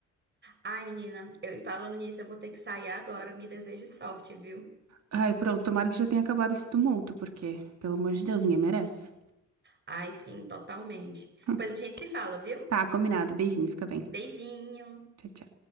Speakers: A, on the right; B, on the right.
A: Ai, menina, eu e falando nisso, eu vou ter que sair agora. Me desejo sorte, viu?
B: Ai, pronto, tomara que já tenha acabado esse tumulto, porque, pelo amor de Deus, ninguém merece.
A: Ai, sim, totalmente.
B: Hum,
A: Pois a gente se fala, viu?
B: Tá, combinado. Beijinho, fica bem.
A: Beijinho. Tchau.
B: Tchau, tchau.